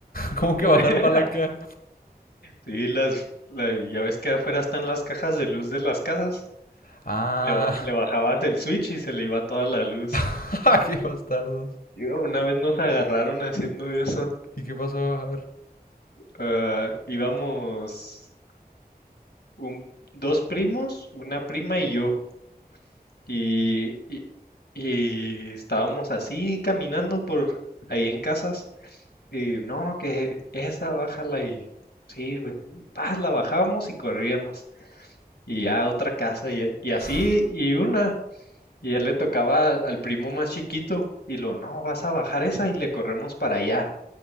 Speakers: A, on the left (about 65°); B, on the left (about 80°).
A: ¿Cómo que
B: <laughs>
A: bajar palanca?
B: Sí, las, la- ya ves que afuera están las cajas de luz de las casas.
A: Ah,
B: Le, ba- le bajabas el switch y se le iba toda la luz.
A: <laughs> qué bastardos.
B: Yo, una vez nos agarraron haciendo eso.
A: ¿Y qué pasó? A ver.
B: Ah, íbamos un, dos primos, una prima y yo. Y, y, y estábamos así caminando por ahí en casas. Y no, que esa bájala y sí, güey, y paz, la bajábamos y corríamos. Y ya otra casa y, y así
A: <laughs>
B: y una. Y ya le tocaba al, primo más chiquito. Y lo, no, vas a bajar esa y le corremos para allá.